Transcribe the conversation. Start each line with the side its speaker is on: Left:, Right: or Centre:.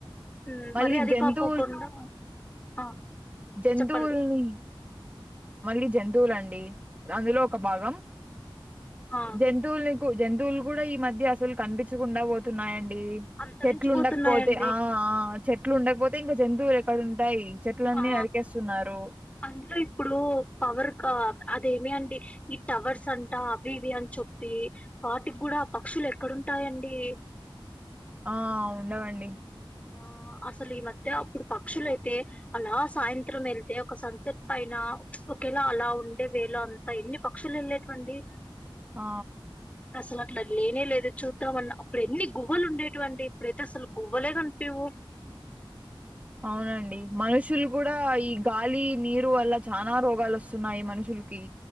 Left: ఉ
Right: మళ్ళీ
Left: మరి అది
Right: జంతువుల్
Left: కాకోకుండా ఆ
Right: జంతువుల్ని
Left: చెప్పండి
Right: మళ్ళీ జంతువులండి అందులో ఒక భాగం
Left: ఆ
Right: జంతువులని జంతువులు కూడా ఈ మధ్య అసలు కనిపించకుండా పోతున్నాయి యి
Left: అంతరించిపోతున్నాయండి
Right: చెట్లు ఉండకపోతే ఆ ఆ చెట్లు ఉండకపోతే ఇంకా జంతువులు ఎక్కడ ఉంటాయి. చెట్లన్నీ
Left: ఆ
Right: నరికేస్తున్నారు.
Left: అందులో ఇప్పుడు పవర్ అదేమి అండి. ఈ టవర్స్ అంటా అవి ఇవి అని చెప్పి వాటికి గుడా పక్షులు ఎక్కడుంటాయండి.
Right: ఆ ఉండవండి.
Left: ఆ అసలు ఈ మధ్య అప్పుడు పక్షులైతే అలా సాయంత్రం వెళ్తే ఒక సన్సెట్ పైన ఒకేలా అలా ఉండే వేళ అంతా ఎన్ని పక్షులు ఏళ్ళేటివండి.
Right: ఆ
Left: అసలు అట్లా లేనే లేదు చూద్దాం అన్న అప్పుడు ఎన్ని గువ్వలు ఉండేటటువండి. ఇప్పుడైతే అసలు గువ్వలే కా నిపియ్యవ్
Right: అవునండి మనుషులు కూడా ఈ గాలి త్రీ నీరు వల్ల చానా రోగాలు వస్తున్నాయి మనుషులకి